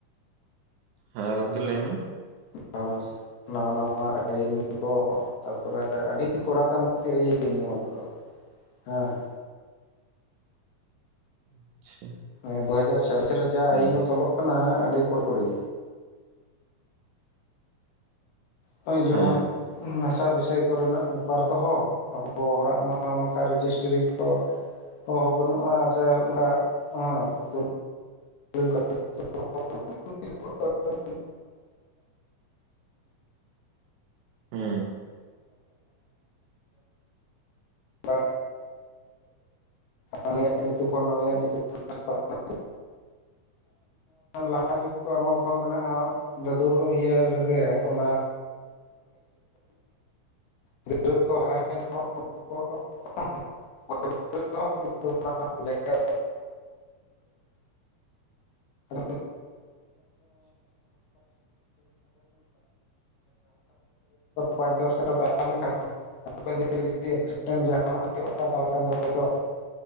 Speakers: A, on the right; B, on the left.
A: ᱦᱮᱸ ᱜᱚᱢᱠᱮ ᱞᱟᱹᱭ ᱢᱮ?
B: <unintelligible> ᱱᱟᱣᱟ ᱱᱟᱣᱟ ᱟᱭᱭᱤᱱ ᱠᱚ ᱛᱟᱯᱚᱨᱮ ᱟᱹᱰᱤ ᱠᱚᱲᱟ ᱠᱟᱱ ᱟᱹ ᱟᱭᱤᱱ ᱱᱚᱣᱟ ᱠᱚᱫᱚ ᱦᱮᱸ
A: ᱟᱪᱪᱷᱟ
B: ᱬᱤᱭᱟᱹ ᱫᱩᱦᱟᱡᱟᱨ ᱪᱷᱟᱵᱤᱥ ᱨᱮ ᱡᱟ
A: ᱦᱩᱸ
B: ᱟᱭᱭᱤᱱ ᱫᱚ ᱛᱚᱞᱚᱜ ᱠᱟᱱᱟ ᱟᱹᱰᱤ ᱠᱚᱴᱠᱚᱲᱤ ᱱᱚᱜᱚᱭ ᱡᱮᱢᱚᱱ
A: ᱦᱮᱸ
B: ᱢᱮᱥᱟ ᱵᱤᱥᱚᱭ ᱠᱚᱨᱮᱱᱟᱜ ᱯᱮᱯᱟᱨ ᱠᱚᱦᱚᱸ ᱟᱵᱚ ᱦᱚᱲᱟᱜ ᱢᱟ ᱱᱚᱝᱠᱟ ᱨᱮᱡᱤᱥᱴᱨᱤ ᱠᱚ ᱠᱚ ᱦᱚᱸ ᱵᱟᱹᱱᱩᱜᱼᱟ ᱥᱮ ᱚᱱᱠᱟ <unintelligible> <unintelligible>
A: ᱦᱮᱸ
B: <unintelligible> ᱦᱟᱱᱤᱭᱟᱜ ᱧᱩᱛᱩᱢ ᱠᱷᱚᱱ ᱱᱩᱤᱭᱭᱟᱜ ᱧᱩᱛᱩᱢ <unintelligible> ᱞᱟᱦᱟ ᱡᱩᱜᱽ ᱠᱚ ᱟᱢᱚᱞ ᱠᱷᱚᱱ ᱢᱮᱱᱟᱜᱼᱟ ᱫᱟᱫᱩᱨ ᱤᱭᱟᱹ ᱨᱮᱜᱮ ᱚᱱᱟ
A: <inaudible>
B: ᱜᱤᱫᱽᱨᱟᱹ ᱠᱚ ᱦᱟᱨᱟᱭᱮᱱ ᱨᱮᱦᱚᱸ ᱩᱱᱠᱩ ᱦᱚᱸ <unintelligible> <unintelligible> <unintelligible> <unintelligible> ᱯᱟᱸᱪ ᱫᱚᱥ ᱠᱟᱴᱷᱟ ᱛᱟᱦᱮᱸ ᱞᱮᱱᱠᱷᱟᱱ ᱦᱟᱯᱮᱱ ᱫᱤᱱ ᱨᱮ ᱡᱩᱫᱤ ᱮᱠᱥᱤᱰᱮᱱᱴ ᱡᱟᱦᱱᱟᱜ ᱦᱩᱭᱩᱜᱼᱟ ᱛᱟᱦᱚᱞᱮ ᱠᱷᱟᱱ ᱫᱚ ᱦᱚᱭᱛᱚ